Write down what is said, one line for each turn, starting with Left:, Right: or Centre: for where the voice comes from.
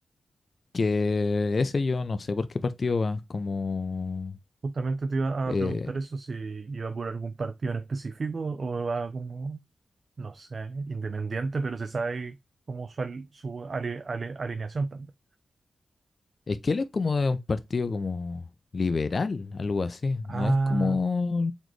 Left: que ese yo no sé por qué partido va, como...
Right: Justamente te iba
Left: eh,
Right: a preguntar eso, si iba por algún partido en específico o va como, no sé, independiente, pero se sabe como su, al- su ale- ale- alineación también.
Left: Es que él es como de un partido como liberal, algo así.
Right: Ah,
Left: No es como...